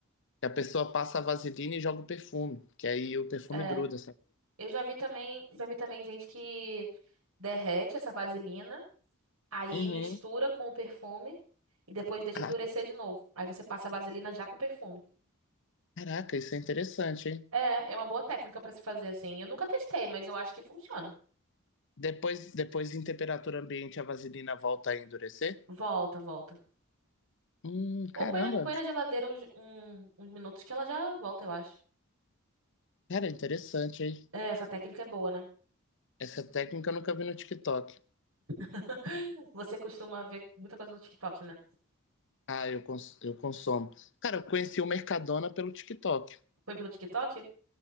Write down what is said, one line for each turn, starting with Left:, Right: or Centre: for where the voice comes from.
Left: Que a pessoa passa a vaselina e joga o perfume, que aí o perfume
Right: é.
Left: gruda, sabe?
Right: Eu já vi também... Já vi também gente que derrete essa vaselina Aí
Left: Uhum.
Right: mistura com o perfume e depois deixa
Left: Ah,
Right: endurecer de novo. Aí você passa a vaselina já com perfume.
Left: caraca, isso é interessante, hein?
Right: É, é uma boa técnica pra se fazer assim. Eu nunca testei, mas eu acho que funciona.
Left: Depois, depois em temperatura ambiente, a vaselina volta a endurecer?
Right: Volta, volta.
Left: Hum, caramba.
Right: Ou põe, na- põe na geladeira uns, um- uns minutos que ela já volta, eu acho.
Left: Cara, é interessante, hein?
Right: É, essa técnica é boa, né?
Left: Essa técnica eu nunca vi no TikTok.
Right: <laughs> Você costuma ver muita coisa no TikTok, né?
Left: Ah, eu, cons eu consumo. Cara, eu conheci o Mercadona pelo TikTok.
Right: Foi pelo TikTok?